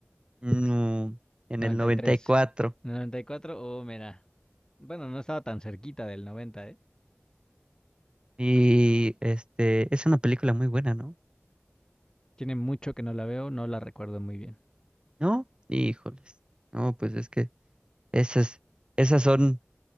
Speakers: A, on the right (about 20°); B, on the left (about 15°).
A: No, en
B: 93,
A: el noventa y cuatro
B: 94, oh, mira. Bueno, no estaba tan cerquita del 90, ¿eh?
A: Y este, es una película muy buena, ¿no?
B: Tiene mucho que no la veo, no la recuerdo muy bien.
A: ¿No? Híjoles. No, pues es que esas, esas son